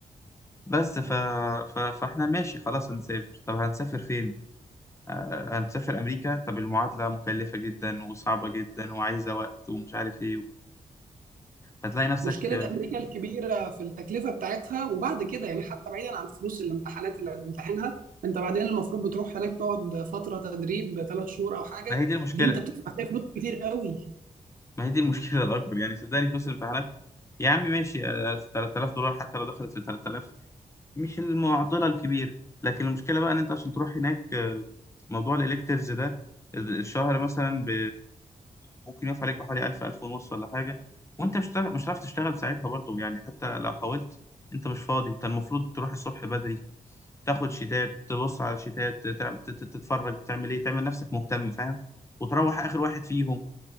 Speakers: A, on the left; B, on the right.
A: بس ف... ف... فاحنا ماشي خلاص هنسافر طب هنسافر فين آه هنسافر امريكا طب المعادله مكلفه جدا وصعبه جدا وعايزه وقت ومش عارف ايه هتلاقي نفسك
B: مشكله
A: آه،
B: امريكا الكبيره في التكلفه بتاعتها وبعد كده يعني حتى بعيدا عن فلوس الامتحانات اللي هتمتحنها انت بعدين المفروض بتروح هناك تقعد فتره تدريب ثلاث شهور او حاجه
A: ما هي دي المشكله
B: دي انت بتدفع فيها فلوس كتير قوي
A: ما هي دي المشكله <laughs> الاكبر يعني صدقني فلوس الامتحانات يا عم ماشي آه، 3000 دولار حتى لو دخلت في 3000 مش المعضله الكبيره لكن المشكله بقى ان انت عشان تروح هناك آه، موضوع الالكتيفز ده ال- الشهر مثلا ب... ممكن يقف عليك بحوالي 1000 1000 ونص ولا حاجه وانت مش هتعرف مش هتعرف تشتغل ساعتها برضه يعني حتى لو حاولت انت مش فاضي انت المفروض تروح الصبح بدري تاخد شيتات تبص على شيتات تتفرج تعمل ايه تعمل نفسك مهتم فاهم وتروح اخر واحد فيهم